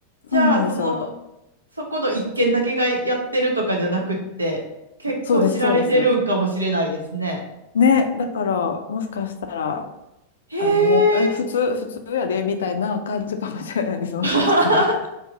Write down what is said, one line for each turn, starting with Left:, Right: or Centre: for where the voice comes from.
Right: じゃあ、
Left: そうなんですよ。
Right: その、
Left: だ
Right: そこの一軒だけがやってるとかじゃなくって結構知られてるんかもしれないですね。
Left: そうです、そうです。ね、だから、もしかしたら、
Right: へ
Left: あの、もう、え、
Right: え
Left: 普通、普通やで、みたいな感じかもしれないです、もしかしたら。
Right: <laughs>